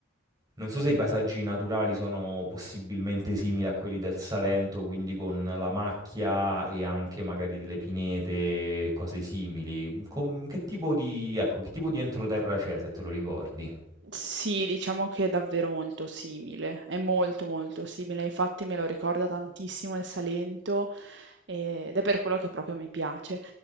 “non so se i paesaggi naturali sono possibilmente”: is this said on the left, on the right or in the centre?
Right